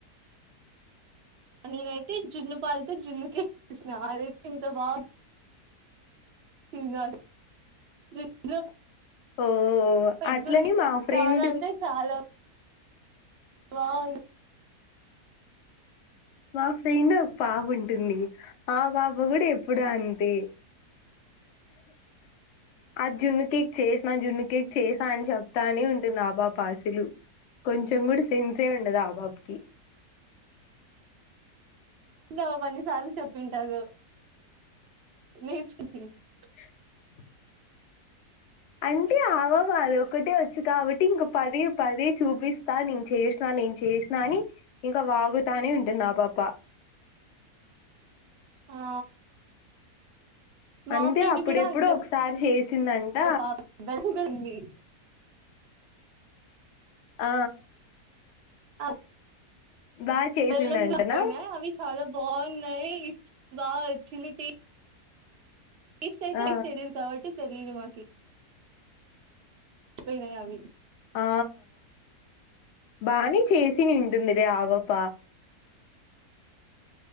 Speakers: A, on the right; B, on the left.
A: నేనైతే జున్ను పాలతో జున్ను చే <unintelligible> సినా. అదైతే ఎంత బా <unintelligible> గుంధో. చింగర్చాప్ <unintelligible> <unintelligible>
B: ఓ
A: పైకి
B: అట్లని
A: <unintelligible> పోయింది.
B: మా ఫ్రెండ్
A: చాలా అంటే చాలా. బాఉంది.
B: మా ఫ్రెండ్ ఒక పాప ఉంటుంది, ఆ బాబా కూడా ఎప్పుడు అంతే! ఆ జున్ను కేక్ జేస్నా? జున్ను కేక్ చేసా అని చెప్తానే ఉంటుంది, ఆ పాప. అసలు కొంచెం కూడా సెన్సే ఉండదు? ఆ. బాబ్ కి.
A: ఇంక బా బా, ఎన్ని సార్లు చెప్పింటారో? నేర్చుకుంటున్నా <unintelligible>
B: <inaudible> అంటే, ఆవబాల ఒకటే వచ్చు కాబట్ట. ఇంక పది, పది చూపిస్తా. నేను చేస. స్నా నేను చేసినా అని ఇంకా వాగుతానే ఉంటుంది ఆ పాప
A: ఆ మా
B: అంతే
A: ఫ్రెండ్
B: అప్పుడెప్పుడు
A: కూడా అంతె
B: ఒకసారి చేసిందంట
A: పాప <unintelligible>
B: ఆ
A: ఆ
B: బాగా చేసిందంటనా
A: బెల్లం గప్పయినా అవి చాలా బాగునై బాగావచ్చింది టి టెస్ట్ అయితే
B: ఆ
A: టెస్ట్ చేయలేదు కాబట్టి తెలియదు మాకి పోయినాయి అవి
B: ఆ బాని చేసి నుంటుంది లే ఆపాప